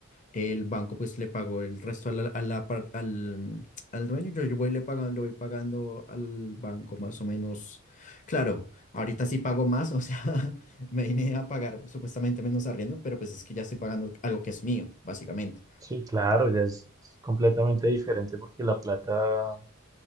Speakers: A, on the left; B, on the right.
A: El banco pues le pagó el resto a la- a la par- al, al dueño. Yo, yo voy le pagando, le voy pagando al banco más o menos. Claro, ahorita sí pago más, o sea, <laughs> me vine a pagar supuestamente menos arriendo, pero pues es que ya estoy pagando algo que es mío, básicamente.
B: Sí, claro, ya es es completamente diferente porque la plata